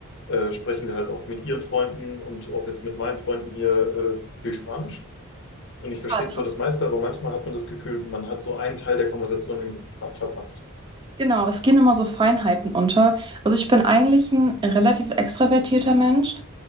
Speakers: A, on the left; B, on the right.
A: äh, sprechen wir halt auch mit ihren Freunden und auch jetzt mit meinen Freunden hier äh, viel Spanisch. Und ich verstehe
B: Ja, das
A: zwar
B: ist
A: das meiste, aber manchmal hat man das Gefühl, man hat so einen Teil der Konversation irgendwie ver- verpasst.
B: genau, es gehen immer so Feinheiten unter. Also ich bin eigentlich ein relativ extravertierter Mensch